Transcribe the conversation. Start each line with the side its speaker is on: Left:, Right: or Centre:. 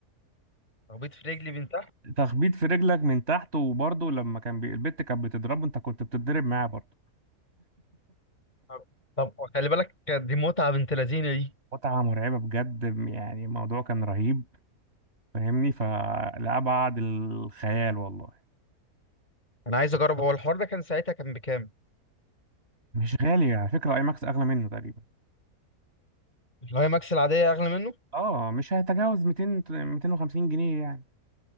Left: خبيط في رجلي بنت
Right: تخبيط في رجلك من تحت وبرضه لما كان بي... البت كانت بتضربه انت كنت بتتضرب معاه برضه
Left: طب طب خلي بالك دي متعة بنت لذينة دي
Right: متعه مرعبه بجد يعني الموضوع كان رهيب فاهمني فلأبعد الخيال والله
Left: انا عايز اجرب هو الحوار ده كان ساعتها كان بكام
Right: مش غالي على فكره اي ماكس اغلى منه تقريبا
Left: الهاي ماكس العادية اغلى منه
Right: اه مش هيتجاوز 200 250 جنيه يعني